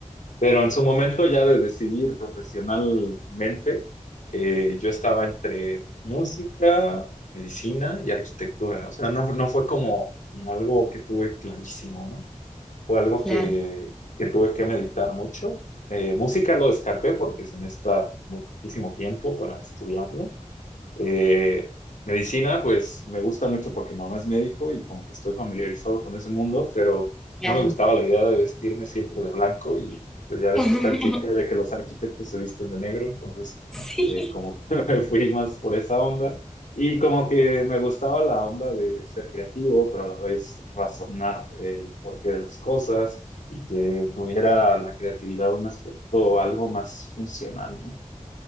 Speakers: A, on the left; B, in the centre.
A: Pero en su momento ya de decidir profesionalmente, eh, yo estaba entre música, medicina y arquitectura. O sea, no, no fue como como algo que tuve clarísimo, ¿no? Fue algo
B: <laughs> Claro.
A: que, que tuve que meditar mucho. Eh, música lo descarté porque se necesita muchísimo tiempo para estudiarla. Eh, medicina, pues me gusta mucho porque mamá es médico y como que estoy familiarizado con ese mundo, pero
B: Claro.
A: no me gustaba la idea de vestirme siempre de blanco y pues ya ves
B: <laughs>
A: que está el cliché de que los arquitectos se visten de negro, entonces
B: Sí.
A: eh, como que <laughs> me fui más por esa onda y como que me gustaba la onda de ser creativo, pero a la vez razonar el porqué de las cosas y que tuviera la creatividad un aspecto algo más funcional, ¿no?